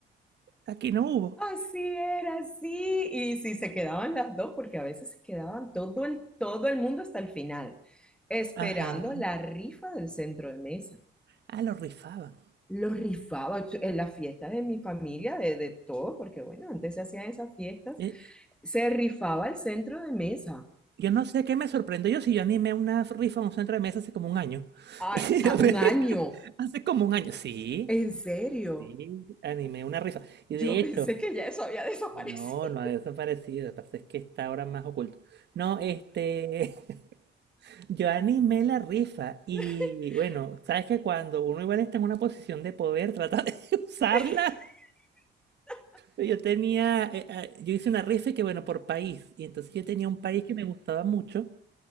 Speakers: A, on the right (about 60°); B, in the centre.
A: Aquí no hubo.
B: Así era, así. Y si se quedaban las dos, porque a veces se quedaban todo el, todo el mundo hasta el final, esperando
A: Ajá.
B: la rifa del centro de mesa.
A: Ah, lo rifaban.
B: Lo rifaba en las fiestas de mi familia, de, de todo, porque bueno, antes se hacían esas fiestas.
A: Eh,
B: Se rifaba el centro de mesa.
A: Yo no sé qué me sorprendió yo si yo animé una rifa en un centro de mesa hace como un año.
B: A,
A: <laughs>
B: a un año,
A: Hace como un año, sí,
B: en serio.
A: sí, animé una rifa. Y
B: Yo
A: de hecho,
B: pensé que ya eso había desaparecido.
A: no, no ha desaparecido, lo que pasa es que está ahora más oculto. No, este, <laughs> yo animé la rifa y
B: <laughs>
A: bueno, sabes que cuando uno igual está en una posición de poder, trata de <laughs> usarla.
B: <laughs>
A: Yo tenía, eh, ah, yo hice una rifa y que bueno, por país, y entonces yo tenía un país que me gustaba mucho.